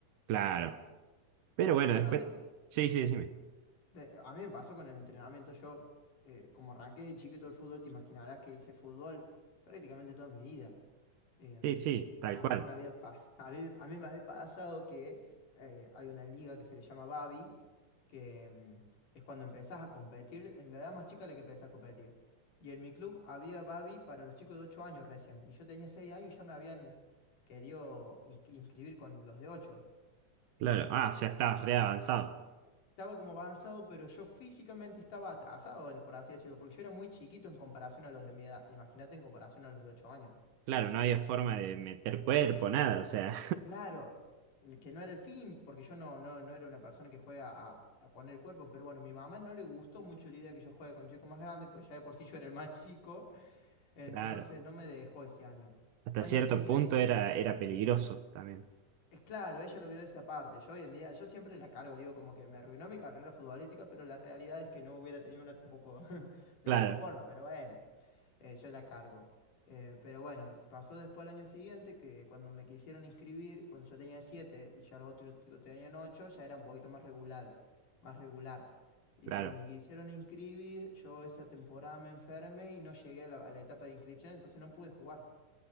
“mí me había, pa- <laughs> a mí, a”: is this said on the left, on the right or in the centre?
Left